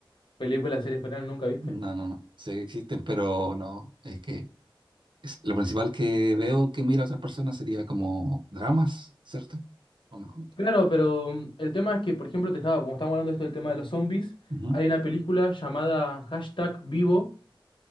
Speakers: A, on the left (about 65°); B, on the right (about 65°).
A: Películas, series coreanas, ¿nunca viste?
B: No, no, no. Sí existen, pero no. Es que es- Lo principal que veo que mira a otras personas sería como dramas, ¿cierto? O no.
A: Claro, pero mm, el tema es que, por ejemplo, te estaba, como estamos hablando de esto del tema de los zombies,
B: Ujú,
A: hay una película llamada Hashtag Vivo,